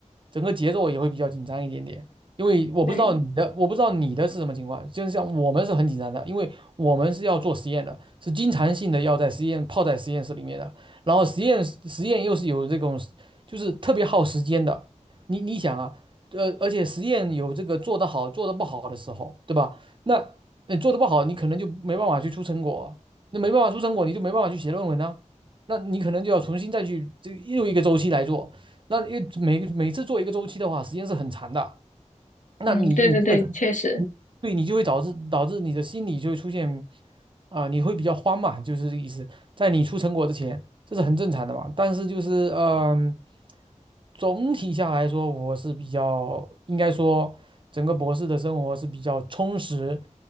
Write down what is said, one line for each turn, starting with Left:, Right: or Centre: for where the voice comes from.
Right: 整个节奏也会比较紧张一点点。因为我不知道你的，
Left: 对，
Right: 我不知道你的是什么情况，就像我们是很紧张的，因为我们是要做实验的，是经常性的要在实验泡在实验室里面的，然后实验实验又是有这种，就是特别耗时间的。你你想啊，呃，而且实验有这个做得好做得不好的时候，对吧？那。你做的不好，你可能就没办法去出成果，那没办法出成果，你就没办法去写论文啊，那你可能就要重新再去这又一个周期来做，那因为每个每次做一个周期的话，时间是很长的。那你你这个，
Left: 嗯，对对对，确实，
Right: 你对你就会导致导致你的心理就会出现啊、你会比较慌嘛，就是这个意思。在你出成果之前，这是很正常的嘛。但是就是嗯、总体下来说，我是比较应该说整个博士的生活是比较充实。